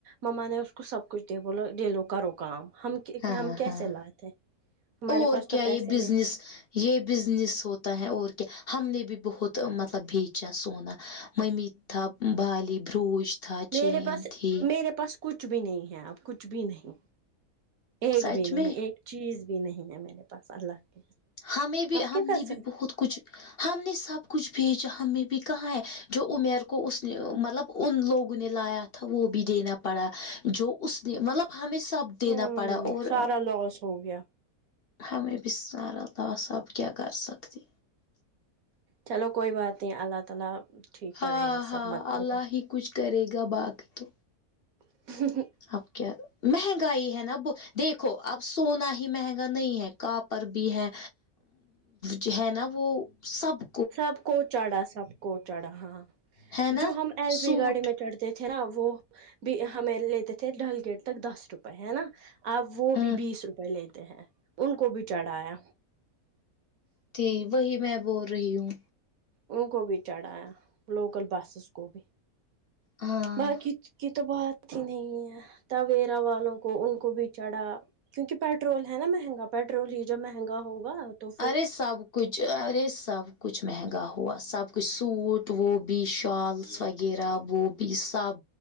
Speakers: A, on the right; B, on the left.
A: مما نے اس کو سب کچھ دیا بولو یہ لو کروکام ہم
B: ہاں
A: ہم کیسے
B: ہاں
A: لاتے ہیں ہمارے
B: اور
A: پاس
B: کیا
A: تو
B: یہ
A: پیسے
B: بزنس
A: نہیں
B: یہ بزنس ہوتا ہے اور کیا ہم نے بھی بہت مطلب بیچا سونا ممی تھا بالی بروج تھا چین
A: میرے پاس
B: تھی
A: میرے پاس کچھ بھی نہیں ہے اب کچھ بھی نہیں ایک
B: سچ
A: بھی
B: میں
A: نہیں ایک چیز بھی نہیں ہے میرے پاس اللہ کے
B: ہمیں بھی
A: آپ کیا
B: ہم
A: کر
B: نے
A: سکتے
B: بھی بہت کچھ ہم نے سب کچھ بیچا ہم نے بھی کہاں ہے جو عمیر کو اس نے مطلب ان لوگوں نے لایا تھا وہ بھی دینا پڑا جو اس نے مطلب ہمیں سب دینا
A: ہوں
B: پڑا اور
A: سارا لوس ہو گیا
B: ہمیں بھی سارا لوس سب کیا کر سکتے
A: چلو کوئی بات نہیں اللہ تعالی ٹھیک
B: ہاں
A: کرے گا سب
B: ہاں
A: مسئلے
B: اللہ
A: پہ
B: ہی کچھ کرے گا باقی تو
A: ہ
B: اب کیا مہنگائی ہے نا دیکھو اب سونا ہی مہنگا نہیں ہے کا پر بھی ہے جو ہے نا وہ سب
A: سب کو چڑھا سب کو چڑھا ہاں
B: ہے نا
A: جو ہم ایل پی
B: سوٹ
A: گاڑی میں چڑھتے تھے نا وہ بھی ہمیں لیتے تھے ڈل گیٹ تک دس روپئے ہے نا اب وہ
B: ا
A: بھی بیس روپئے لیتے ہیں ان کو بھی چڑھایا
B: ت وہی میں بول رہی ہوں
A: ان کو بھی چڑھایا لوکل بسس کو بھی
B: ہاں
A: باقی کی تو بات ہی نہیں ہے تویرا والوں کو ان کو بھی چڑھا کیونکہ پیٹرول ہے نا مہنگا پیٹرول ہی جب مہنگا ہوگا تو پھر
B: ارے سب کچھ ارے سب کچھ مہنگا ہوا سب کچھ سوٹ وہ بھی شال سوغیرہ وہ بھی سب